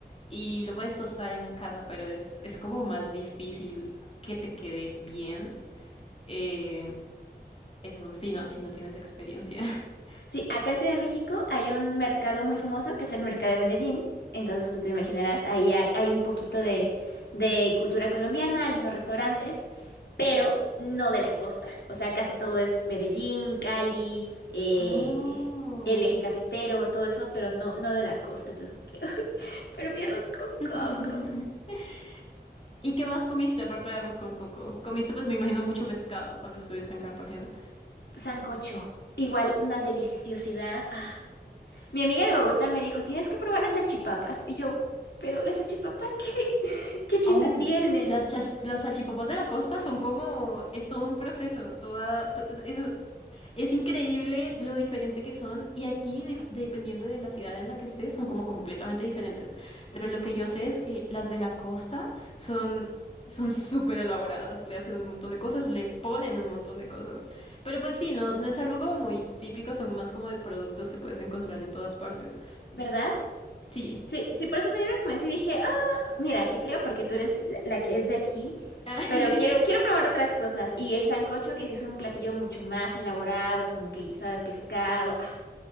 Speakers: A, on the left (about 35°); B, on the left (about 80°).
A: y lo puedes tostar en la casa, pero es, es como más difícil que te quede bien. eh, eso, si no, si no tienes experiencia. <laughs>
B: Sí, acá en Ciudad de México hay un mercado muy famoso que es el mercado de Medellín. Entonces, pues te imaginarás, ahí hay, hay un poquito de, de cultura colombiana, algunos restaurantes, pero no de la costa. O sea, casi todo es Medellín, Cali, eh,
A: Oh.
B: el eje cafetero, todo eso, pero no, no de la costa. Entonces, <laughs> ay, pero mi arroz con
A: <laughs>
B: coco.
A: ¿Y qué más comiste aparte de arroz con coco? Comiste, pues me imagino, mucho pescado cuando estuviste en Cartagena.
B: Sancocho, igual una deliciosidad. Mi amiga de Bogotá me dijo, tienes que probar las salchipapas. Y yo, pero las salchipapas, ¿qué, <laughs> qué chiste
A: Oh,
B: tienen?
A: las, chas- las salchipapas de la costa son como, es todo un proceso, toda, to- es, es- increíble lo diferente que son y aquí, dif- dependiendo de la ciudad en la que estés, son como completamente diferentes. Pero lo que yo sé es que las de la costa son... Son súper elaboradas, le hacen un montón de cosas, le ponen un montón de cosas. Pero pues sí, no, no es algo como muy típico, son más como de productos que puedes encontrar en todas partes.
B: ¿Verdad?
A: Sí.
B: Sí, sí, por eso me dio la recomendación y dije, ah, mira, te creo porque tú eres la, la que es de aquí,
A: <laughs>
B: pero quiero, quiero probar otras cosas. Y el sancocho, que sí es un platillo mucho más elaborado, como que guisado de pescado. Ah,